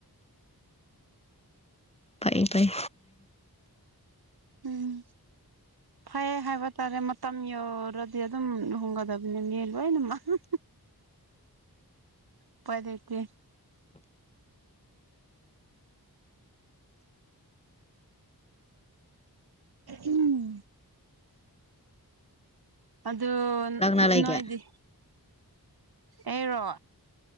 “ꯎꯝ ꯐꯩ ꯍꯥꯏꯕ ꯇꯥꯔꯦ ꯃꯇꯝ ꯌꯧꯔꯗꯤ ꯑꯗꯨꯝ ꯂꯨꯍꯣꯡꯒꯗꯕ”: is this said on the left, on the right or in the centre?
Right